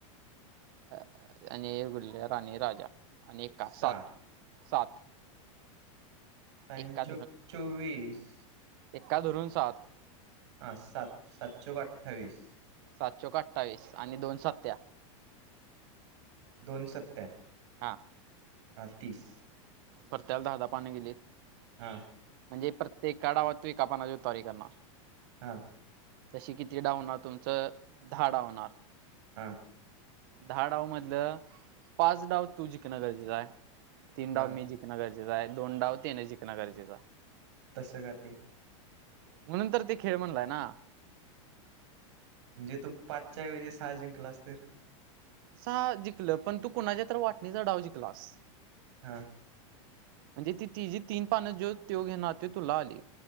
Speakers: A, on the right; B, on the right.
A: अ आणि गुल्ल्या राणी राजा आणि एका
B: सहा
A: सात सात
B: पाइन
A: एक्का
B: चोक चोवीस
A: का धरून सात
B: हा सात सात चौक आठ्ठावीस
A: सात चॊक अठ्ठावीस आणि दोन सत्या
B: दोन सत्त्या
A: हा
B: हा तीस
A: प्रत्येकाला दहा दहा पाने गेलीत
B: हा
A: म्हणजे प्रत्येक काढावत कापनाज तरी करणार
B: हा
A: तशी किती डावणार तुमचं दहा डावणार
B: हा
A: दहा डाव मधलं पाच डाव तू जिकणं गरजेचं आहे तीन
B: हा
A: डाव मी ज गरजेचं आहे दोनडाव तीन जिकंणं गरजेच ह्य
B: तसं का ते
A: म्हणून तर ते खेळ म्हणलाय ना
B: म्हणजे तो पाचच्याऐवजी सहा जिंकलास तर
A: स जिंल पण तू कुणाच्या तर वाटणीचा डाव जिकलास
B: हा
A: म्हणजे ती ति जी तीन पानं जो तो घेणार त तुला आली